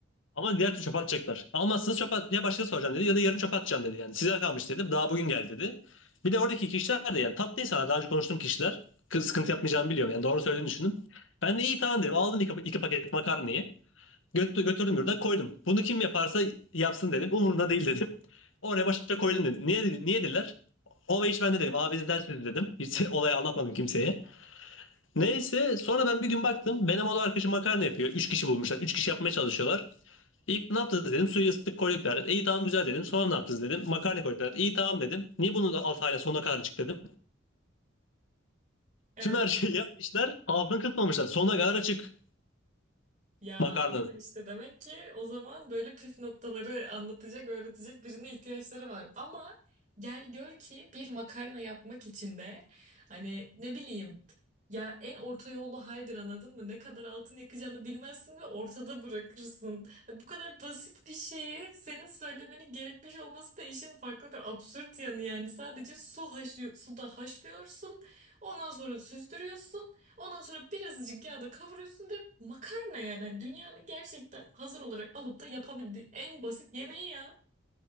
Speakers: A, on the left (about 80°); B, on the right (about 40°).
A: Ama diğer türlü çöpe atacaklar. Almazsınız çöpe at ya başkası soracağım dedi ya da yarın çöpe atacağım dedi yani. Size kalmış dedim. Daha bugün geldi dedi. Bir de oradaki kişiler de yani tatlı insanlar. Daha önce konuştuğum kişiler. Kız sıkıntı yapmayacağımı biliyorum yani. Doğru söylediğini düşündüm. Ben de iyi tamam dedim. Aldım iki, iki paket makarnayı. Götü, götürdüm yurda koydum. Bunu kim yaparsa yapsın dedim. Umurumda değil dedim. Oraya başa koydum dedim. Niye, dedi- niye dediler? O ve iş bende dedim. Abinizden siz dedim. Hiç <laughs> olayı anlatmadım kimseye. Neyse sonra ben bir gün baktım. Benim oğlu arkadaşım makarna yapıyor. Üç kişi bulmuşlar. Üç kişi yapmaya çalışıyorlar. İlk ne yaptınız dedim. Suyu ısıttık koyduk derdi. İyi tamam güzel dedim. Sonra ne yaptınız dedim. Makarna koyduk derdi. İyi tamam dedim. Niye bunu alt hala sonuna kadar açık dedim.
B: Evet.
A: Tüm her şeyi <laughs> yapmışlar. Altını kısmamışlar. Sonuna kadar açık
B: Ya
A: makarnanın.
B: ama işte demek ki o zaman böyle püf noktaları anlatacak, öğretecek birine ihtiyaçları var. Ama gel gör ki bir makarna yapmak için de hani ne bileyim ya en orta yollu haldir anladın mı? Ne kadar altın yakacağını bilmezsin ve ortada bırakırsın. Bu kadar basit bir şeyi senin söylemenin gerekmiş olması da işin farklı ve absürt yanı yani. Sadece su haşlıyor, suda haşlıyorsun. Ondan sonra süzdürüyorsun. Ondan sonra birazcık yağda kavuruyorsun ve makarna yani. Yani dünyanın gerçekten hazır olarak alıp da yapabildiğin en basit yemeği ya.